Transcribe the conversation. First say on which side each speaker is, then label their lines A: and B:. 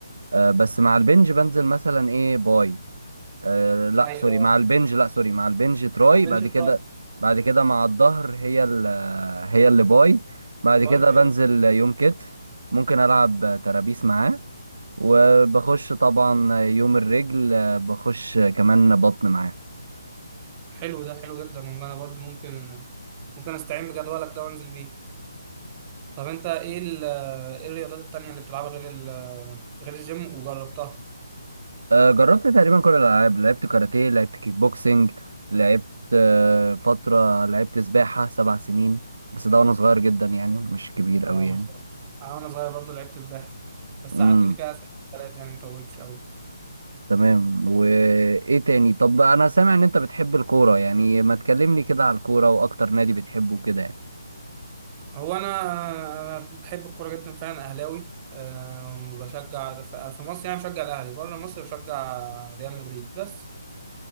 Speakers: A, on the right; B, on the right.
A: آه، بس مع البنج بنزل مثلا ايه باي آه لا
B: ايوه
A: سوري مع البنج لا سوري مع البنج تراي
B: على
A: بعد
B: البنش
A: كده
B: تراب
A: بعد كده مع الظهر هي ال- هي اللي باي بعد كده
B: ايوه
A: بنزل
B: ايوه
A: يوم كتف ممكن ألعب ترابيس معاه وبخش طبعا يوم الرجل آه، بخش كمان بطن معاه
B: حلو ده حلو جدا والله انا برضه ممكن ممكن استعين بجدولك ده وانزل بيه طب انت ايه ال- آه، ايه الرياضات التانية اللي بتلعبها غير ال- آه، غير الجيم وجربتها
A: آه، جربت تقريبا كل الألعاب لعبت كاراتيه لعبت كيك بوكسينج لعبت آه، فترة لعبت سباحة سبع سنين بس ده وأنا صغير جدا يعني مش كبير
B: اه
A: أوي يعني
B: ما شاء الله انا وانا صغير برضه لعبت سباحه بس
A: مم.
B: قعدت لي فيها سنه ثلاثه يعني ما طولتش قوي
A: تمام وايه تاني طب انا سامع ان انت بتحب الكوره يعني ما تكلمني كده على الكوره واكتر نادي بتحبه كده يعني
B: هو انا انا بحب الكوره جدا فعلا اهلاوي أه وبشجع ف- في مصر يعني بشجع الاهلي بره مصر بشجع ريال مدريد بس